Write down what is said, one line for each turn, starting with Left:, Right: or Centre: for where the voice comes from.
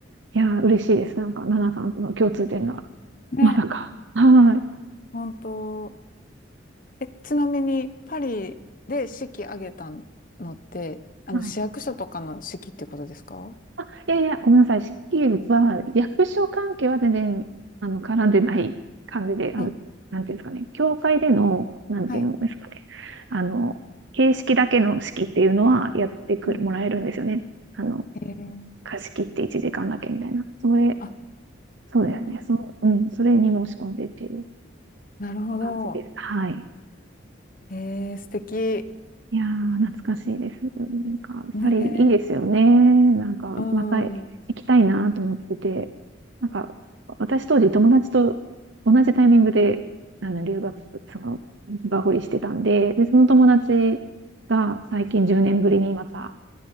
Right: いやー、嬉しいです。なんか、ナナさんとの共通点が、
Left: ね、
Right: まさか。<laughs> はーい。
Left: 本当。え、ちなみに、パリで式挙げたのって、あの、
Right: はい
Left: 市役所とかの式ってことですか
Right: あ、いやいや、ごめんなさい。四季は、役所関係は全然、あの、絡んでない感じで、あの、
Left: あ、
Right: なんていうんですかね、教会での、なんていうんですかね、
Left: はい。
Right: あの、形式だけの式っていうのはやってくる、
Left: はい
Right: もらえるんですよね。あの、
Left: えー、
Right: 貸し切って1時間だけみたいな。それ、
Left: あ、
Right: そうですね。
Left: うん
Right: そ、うん、それに申し込んでっていう
Left: なるほど。
Right: 感じです。はい。
Left: えー、素敵。
Right: いやー、懐かしいです。なんか、
Left: ね。
Right: サリーいいですよね。なんか、
Left: うん。
Right: また行きたいなと思ってて。
Left: う
Right: なんか、私当時友達と同じタイミングで、あの、留学、その、バホリしてたんで、で、その友達が最近10年ぶりにまた、